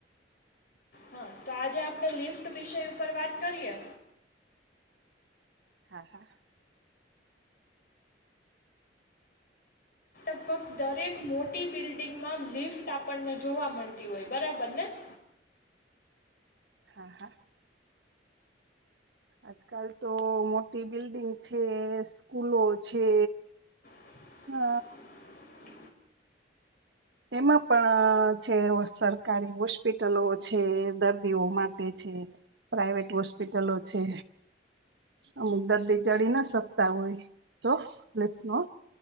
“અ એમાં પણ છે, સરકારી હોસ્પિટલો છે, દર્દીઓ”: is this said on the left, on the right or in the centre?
Right